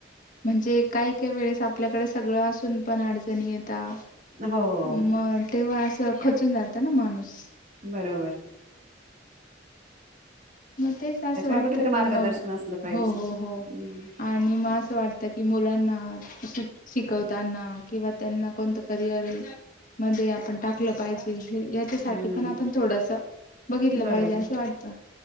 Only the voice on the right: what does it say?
हो
बरोबर.
त्याच्यामुळे
कुठेतरी
मार्गदर्शन
असलं पाहिजे
हम्म
हम्म
बरोबर